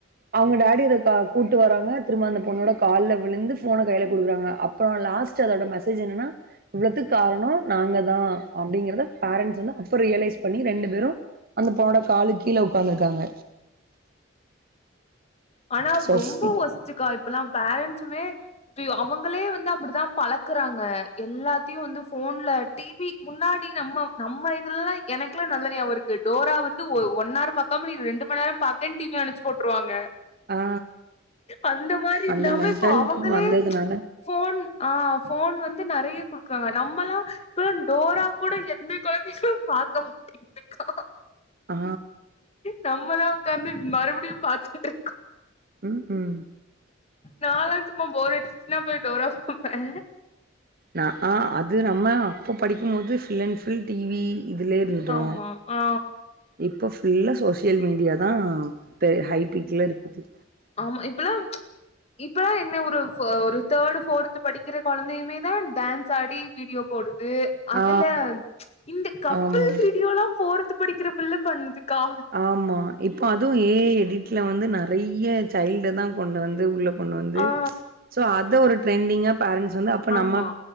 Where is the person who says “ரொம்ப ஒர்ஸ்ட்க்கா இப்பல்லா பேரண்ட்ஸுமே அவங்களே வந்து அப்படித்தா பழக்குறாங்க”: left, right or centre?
Left